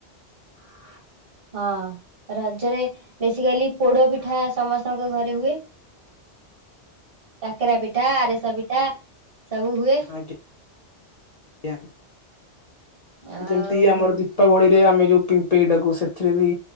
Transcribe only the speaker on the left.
<inaudible>
ଆଜ୍ଞା
ଯେମିତି ଆମର ଦୀପାବଳିରେ ଆମେ ଯୋଉ ପିମ୍ପେଇଟାକୁ ସେଥିରେ ବି